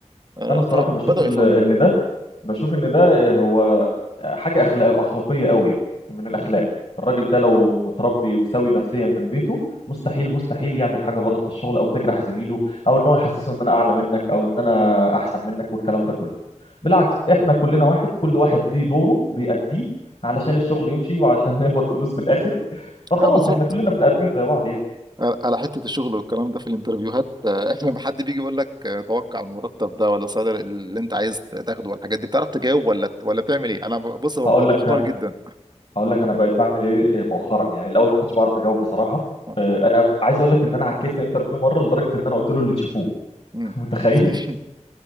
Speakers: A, on the right; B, on the left.
A: آه،
B: انا الصراحه
A: فبداوا
B: بشوف ال-
A: يفهموا
B: ان ده بشوف ان ده هو حاجه اخلاق اخلاقيه قوي يعني من الاخلاق الراجل ده لو متربي وسوي نفسيا من بيته مستحيل مستحيل يعمل حاجه غلط في الشغل او تجرح زميله او ان هو يحسسه ان انا اعلى منك او ان انا احسن منك والكلام ده كله بالعكس احنا كلنا واحد كل واحد ليه دوره بيأديه علشان الشغل يمشي وعشان <laughs> نقبض فلوس في الاخر فخلاص
A: آه، بالظبط
B: احنا كلنا بني ادمين زي بعض يعني
A: آه، على حته الشغل والكلام ده في الانترفيوهات آه، <laughs> لما حد بيجي يقول لك آه، توقع المرتب ده ولا صدر اللي انت عايز تاخده والحاجات دي بتعرف تجاوب ولا ولا بتعمل ايه انا ب- بص ببقى
B: هقول لك
A: محتار جدا
B: هقول لك انا بقيت بعمل ايه إيه، مؤخرا يعني الاول ما كنتش بعرف اجاوب بصراحه
A: آه،
B: آه، انا عايز اقول لك ان انا عكيت في انترفيو مره لدرجه ان انا قلت له اللي تشوفوه
A: مم.
B: <laughs> متخيل
A: <laughs>